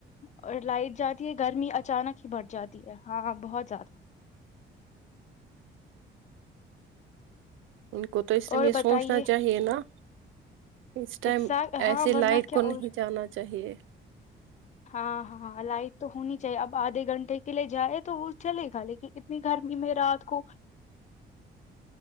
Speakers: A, on the left; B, on the right.
A: اور لائٹ جاتی ہے گرمی اچانک ہی بڑھ جاتی ہے ہاں بہت زیادہ
B: ان کو تو اس سمے
A: اور بتائیے
B: سوچنا چاہیے نا اس ٹائم
A: ایکزیکٹ ہاں
B: ایسیے
A: ورنہ
B: لائٹ
A: کیا
B: کو نہیں
A: اور
B: جانا چاہیے
A: ہاں ہاں لائٹ تو ہونی چاہیے اب آدھے گھنٹے کے لیے جائے تو وہ چلے گا لیکن اتنی گرمی میں رات کو